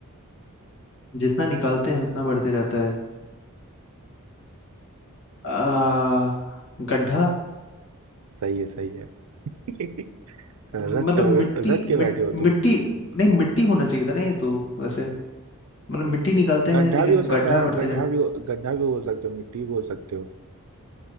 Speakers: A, on the left; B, on the right.
A: जितना निकालते हैं उतना बढ़ते रहता है आ, गड्ढा
B: सही है सही है <laughs> रट
A: मतलब मिट्टी
B: रट के बैठे
A: मिट,
B: हो
A: मिट्टी
B: तुम
A: नहीं मिट्टी होना चाहिए था ना ये तो वैसे मतलब मिट्टी निकालते हैं
B: गड्ढा
A: लेकिन
B: भी हो सकता
A: गड्ढा
B: है
A: बढ़ते
B: गड्ढा भी हो- गड्ढा भी बोल सकते हो मिट्टी भी बोल सकते हो